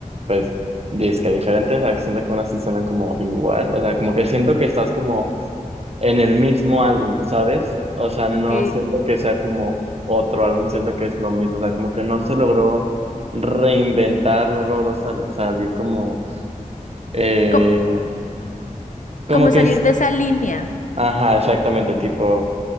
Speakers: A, on the right; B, on the left.
A: pues, disque diferentes, a veces siento que unas sí suenan como igual, o sea, como que siento que estás como en el mismo álbum, ¿sabes? O sea, no
B: ok.
A: siento que sea como otro álbum, siento que es lo mismo, o sea, como que no se logró reinventar, no logró sal- salir como, eh,
B: Co-
A: como
B: como
A: que
B: salir
A: es,
B: de esa línea.
A: ajá, exactamente, tipo,